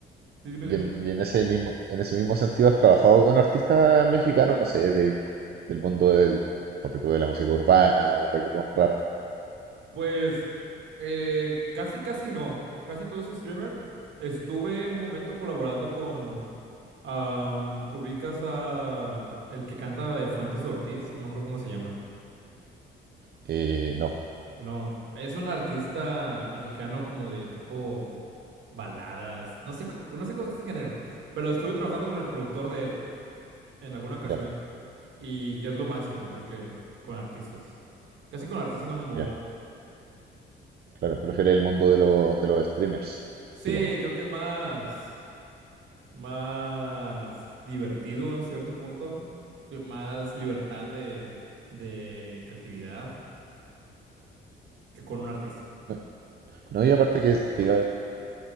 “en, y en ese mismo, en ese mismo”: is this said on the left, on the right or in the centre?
Right